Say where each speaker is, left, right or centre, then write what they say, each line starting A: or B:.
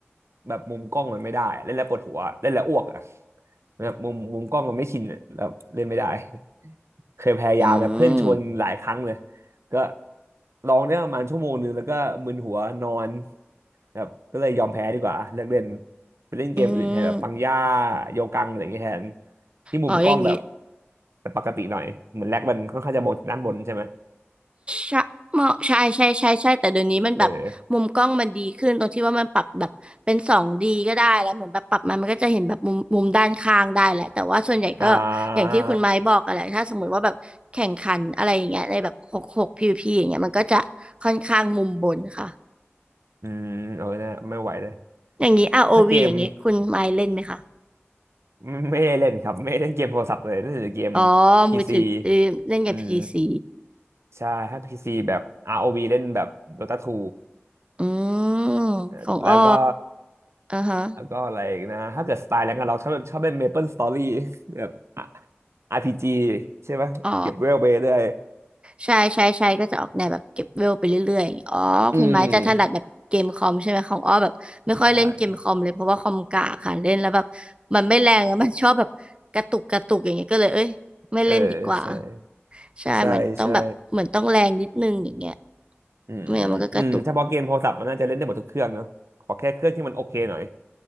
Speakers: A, on the right (about 85°); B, on the right (about 25°).
A: แบบมุมกล้องมันไม่ได้ เล่นแล้วปวดหัวเล่นแล้วอ้วกอ่ะแบบมุมมุมกล้องมันไม่ชินอะแล้วเล่นไม่ได้ <laughs> เคยพยายามนะเพื่อนชวนหลายครั้งเลย
B: อืม
A: ก็ลองได้ประมาณชั่วโมงหนึ่งแล้วก็มึนหัวนอนแบบก็เลยยอมแพ้ดีกว่าเลิกเล่น ไปเล่นเกมอื่นแทนแบบปังย่า
B: อืม
A: โยกังอะไรอย่างเงี้ยแทนที่มุมกล้องแบบ
B: อ๋ออย่างงี้
A: แต่ปกติหน่อยเหมือนแลกมันค่อนข้างจะมองด้านบนใช่ไหม
B: ใช่เหมาะใช่ใช่ใช่ใช่แต่เดี๋ยวนี้มันแบบมุมกล้องมันดีขึ้นตรงที่ว่ามันปรับแบบเป็นสองดีก็ได้แล้วเหมือนแบบปรับมามันก็จะเห็นแบบมุมมุมด้านข้างได้แหละแต่ว่าส่วนใหญ่ก็อย่างที่คุณไม้บอกอะแหละถ้าสมมติว่าแบบแข่งขันอะไรอย่างเงี้ยในแบบหกหกพีวีพีอย่างเงี้ยมันก็จะค่อนข้างมุมบนค่ะ
A: เอออ่าอืมเอาไนะไม่ไหวเลย
B: อย่างนี้ r ์โอวีอย่างงี้คุณไม้เล่นไหมคะ
A: ถ้าเกมไม่ไม่ได้เล่นครับไม่ได้เล่นเกมโทรศัพท์เลยเล่นแต่เกม
B: อ๋อ
A: พีซี
B: มือถือเออเล่นกับ
A: อืม
B: p ีซี
A: ใช่ถ้าพีซีแบบ ROV เล่นแบบ Dota 2
B: อืม
A: เอ่อแล้วก็
B: ของอ้ออ่าฮะ
A: แล้วก็อะไรอีกนะถ้าเกิดสไตล์แรงกับเราชอบชอบเล่นเมเปิลสตอรี่แบบอ่ะอาร์พี p g ใช่ไหมเก็บเวลไปเรื่อย
B: อ๋อ ใช่ใช่ใช่ก็จะออกแนวแบบเก็บเวลไปเรื่อยๆอย่างเงี้ยอ๋อคุณไม้จะถนัดแบบเกมคอมใช่ไหมของอ้อแบบไม่ค่อยเล่นเกมคอมเลยเพราะว่าคอมกากค่ะเล่นแล้วแบบ
A: อืมใช่
B: มันไม่แรงแล้วมันชอบแบบกระตุกกระตุกอย่างเงี้ยก็เลยเอ้ยไม่เล่นดีกว่า
A: เออใช่
B: ใช่มันต้องแบบเหมือนต้องแรงนิดนึงอย่างเงี้ย
A: ใช่ใช่อืมอืมถ้าพอเกมโทรศัพท์มันน่าจะเล่นได้หมดทุกเครื่องเนอะขอแค่เครื่องที่มันโอเคหน่อย
B: ไม่งั้นมันก็กระตุก